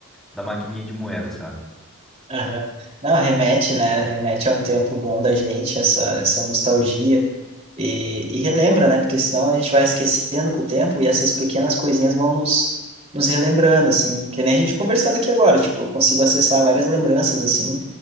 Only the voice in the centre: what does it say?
da maquininha de moeda, sabe?